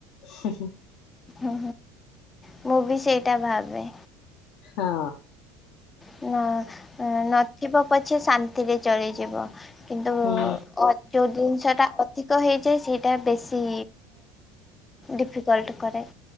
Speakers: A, on the left (about 65°); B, on the left (about 20°).
A: ହୁଁ ହୁଁ
B: ହଁ ମୁଁ ବି ସେଇଟା ଭାବେ
A: ହଁ
B: ହଁ ଅ ନଥିବ ପଛେ ଶାନ୍ତିରେ ଚଳିଯିବ କିନ୍ତୁ ଯୋଉ
A: ହୁଁ
B: ଜିନିଷ ଟା ଅଧିକ ହେଇ ଯେ ସେଇଟା ବେଶି ଡିଫିକଲଟ କରେ